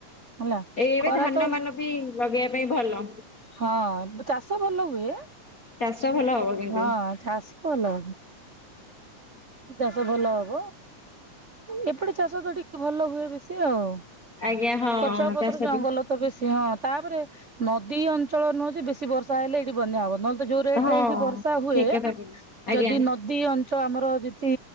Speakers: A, on the right (about 40°); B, on the left (about 40°).
A: ହେଲା।
B: ଏ ଏବେ
A: ଖରା
B: ଧାନ
A: ତ
B: ମାନ ବି ଲଗେଇବା ପାଇଁ ଭଲ।
A: ହଁ ତ ଚାଷ ଭଲ ହୁଏ।
B: ଚାଷ ଭଲ ହବ କିନ୍ତୁ
A: ହଁ ଚାଷ ବଲ। ଚାଷ ଭଲ ହବ ଏପଟେ ଚାଷ ତ ଟିକେ ଭଲ ହୁଏ ବେଶୀ ଆଉ।
B: ଆଜ୍ଞା ହଁ
A: ପଚା ପତ୍ର
B: ଚାଷ
A: ଜଙ୍ଗଲ
B: ବି
A: ତ ବେଶି ହଁ ତାପରେ ନଦୀ ଅଞ୍ଚଳ ନହଉଛି ବେଶୀ ବର୍ଷା ହେଲେ ଏଇଠି ବନ୍ୟା ହବ ନ ଯୋଉ ରେଟ
B: ହଁ
A: ରେ ଏଇଠି ବର୍ଷା ହୁଏ
B: ଠିକ କଥା କହିଲେ ଆଜ୍ଞା
A: ଯଦି ନଦୀ ଅନ୍ ଚ ଆମର ଯେତି